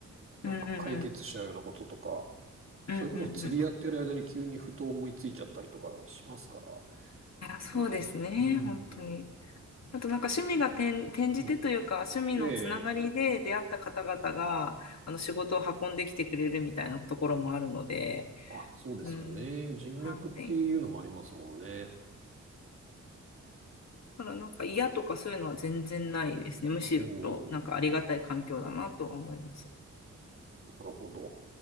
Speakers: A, on the left; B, on the right.
A: うんうんう
B: なんか解決しちゃうようなこととか、それこそ釣りやってる間に急にふと思いついちゃったりとかしますから、
A: ん。うんうんうん。いや、そうですね。
B: なんか、うん、
A: 本当に。あとなんか趣味が転、転じてというか、
B: うん、
A: 趣味のつながりで出会った方々が、
B: ええ、
A: あの仕事を運んできてくれるみたいなところもあるので、
B: あ、そうですよね。
A: うん。
B: 人脈っていうのもありますもんね。
A: はい。ただなんか嫌とかそういうのは全然ないですね。むしろなんかありがたい環境だなとは思います。
B: おお、なるほど。